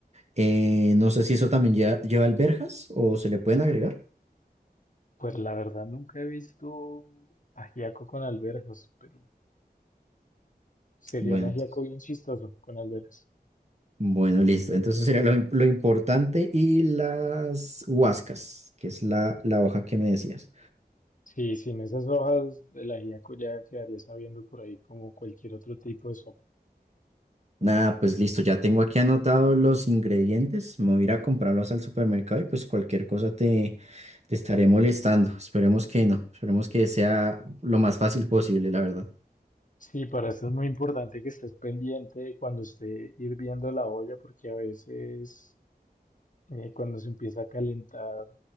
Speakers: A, on the right; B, on the left.
A: eh, no sé si eso también lleva, lleva alberjas o se le pueden agregar.
B: Pues la verdad nunca he visto ajiaco con alberjas, pero sería
A: Bueno,
B: un ajiaco
A: entonces,
B: bien chistoso con alberjas.
A: bueno, listo. Entonces sería lo, im- lo importante y las huascas, que es la, la hoja que me decías.
B: Sí, sin esas hojas el ajíaco ya quedaría sabiendo por ahí como cualquier otro tipo de sopa.
A: Nada, pues listo, ya tengo aquí anotados los ingredientes. Me voy a ir a comprarlos al supermercado y pues cualquier cosa te, te estaré molestando. Esperemos que no, esperemos que sea lo más fácil posible, la verdad.
B: Sí, para esto es muy importante que estés pendiente cuando esté hirviendo la olla, porque a veces eh, cuando se empieza a calentar